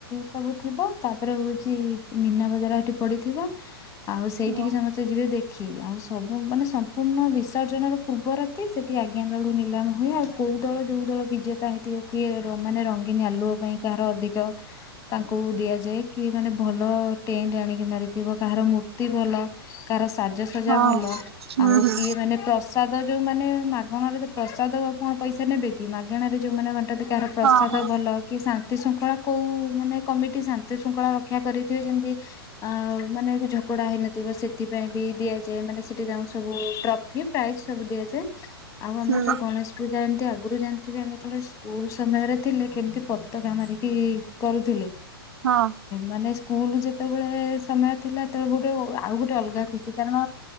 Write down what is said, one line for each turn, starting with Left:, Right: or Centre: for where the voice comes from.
Left: ସବୁ ଥିବ ତାପରେ ହଉଛି ମୀନା ବଜାର ସେଠି ପଡିଥିବ। ଆଉ ସେଇଠିକି
Right: ହଁ
Left: ସମସ୍ତେ ଯିବେ ଦେଖ। ଆଖି ଆଉ ସବୁ ମାନେ ସମ୍ପୂର୍ଣ୍ଣ ବିସର୍ଜନର ପୂର୍ବ ରାତି ସେଠି ଆଜ୍ଞା ଲଡୁ ନିଲାମ ହୁଏ ଆଉ କୋଉ ଦଳ ଯୋଉ। ଦଳ ବିଜେତା ହେଇଥିବ କିଏ ମାନେ ରଙ୍ଗୀନ ଆଲୁଅ ପାଇଁ କାହାର ଅଧିକ ତାଙ୍କୁ ଦିଆଯାଏ କିଏ ମାନେ ଭଲ ଟେଣ୍ଡ ଆଣିକି ମାରିଥିବ କାହାର ମୂର୍ତ୍ତି ଭଲ କାହାର। ସାଜସଜା
Right: ହଁ
Left: ଭଲ
Right: ହୁଁ
Left: ଆଉ
Right: ହୁଁ
Left: କିଏ ମାନେ ପ୍ରଶ ପ୍ରସାଦ ଯୋଉ ମାନେ ମାଗଣାରେ ତ ପ୍ରସାଦ କଣ ପଇସା ନେବେ। କି ମାଗଣାରେ ଯୋଉମାନେ ବାଣ୍ଟ। ନ୍ତି କାହାର ପ୍ରସାଦ
Right: ହଁ ହଁ
Left: ଭଲ କି ସା ଶାନ୍ତି ଶୃଙ୍ଖଳା କୋଉ ମାନେ କମିଟି ଶାନ୍ତି ଶୃଙ୍ଖଳା ରକ୍ଷା କରିଥିବେ ଯେମିତି ଆଉ ମାନେ ଝଗଡା ହେଇନଥିବ ସେଥିପାଇଁ ବି ଦିଆଯାଏ ମାନେ ସେଠି ସବୁ ଟ୍ରଫି ପ୍ରାଇଜ ସବୁ ଦିଆଯାଏ। ଆଉ ଆମର
Right: ହୁଁ
Left: ତ ଗଣେଶ ପୂଜା ଏମତି। ଆଗୁରୁ ଜାଣିଥିବେ ଆମେ ଯେତେବେଳେ ସ୍କୁଲ ସମୟରେ ଥିଲେ କେମିତି ପତାକା ମାରିକି କରୁଥିଲେ।
Right: ହଁ।
Left: ମାନେ ସ୍କୁ ସ୍କୁଲୁ ଯେତେବେଳେ ସମୟ ଥିଲା ସେତେବେଳେ ଗୋଟେ ଆଉ ଗୋଟେ ଅଲଗା ଖୁସି କାରଣ